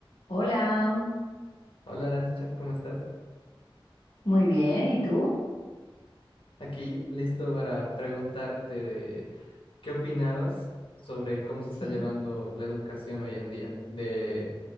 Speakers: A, on the left; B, on the left.
A: Hola,
B: Hola Arancha, ¿cómo estás?
A: muy bien, ¿y tú?
B: Aquí listo para preguntarte de qué opinabas sobre cómo se
A: Sí,
B: está llevando la educación hoy en día, de